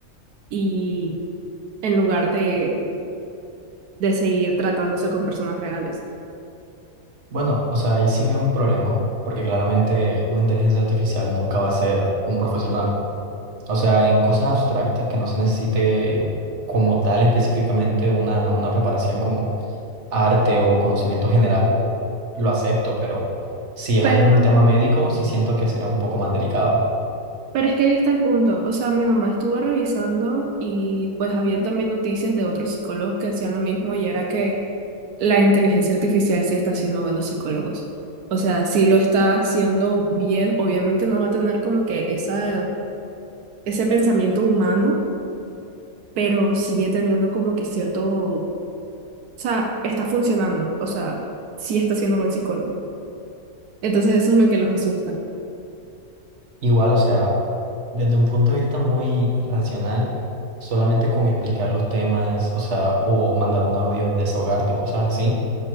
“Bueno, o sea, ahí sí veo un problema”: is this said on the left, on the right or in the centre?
Right